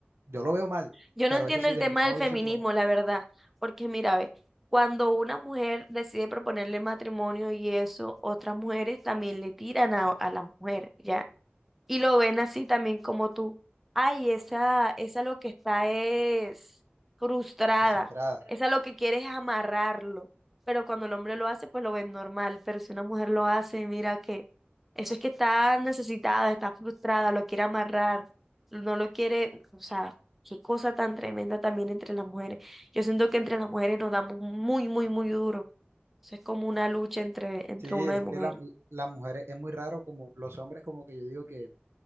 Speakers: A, on the right; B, in the centre.
A: yo lo veo mal,
B: Yo
A: pero
B: no entiendo
A: eso sí,
B: el
A: de
B: tema
A: mis
B: del
A: ojos
B: feminismo,
A: yo siempre lo veo mal,
B: la verdad, porque mira, ve, cuando una mujer decide proponerle matrimonio y eso, otras mujeres también le tiran a, a la mujer, ¿ya? y lo ven así también como tú. Ay, esa, esa lo que está es frustrada,
A: desesperada.
B: esa lo que quiere es amarrarlo, pero cuando el hombre lo hace, pues lo ven normal, pero si una mujer lo hace, mira que eso es que está necesitada, está frustrada, lo quiere amarrar, no lo quiere, o sea, qué cosa tan tremenda también entre las mujeres. Yo siento que entre las mujeres nos damos muy, muy, muy duro. Eso es como una lucha entre, entre
A: Sí, es
B: uno de mujer.
A: que la, las mujeres es muy raro como los hombres como que yo digo que,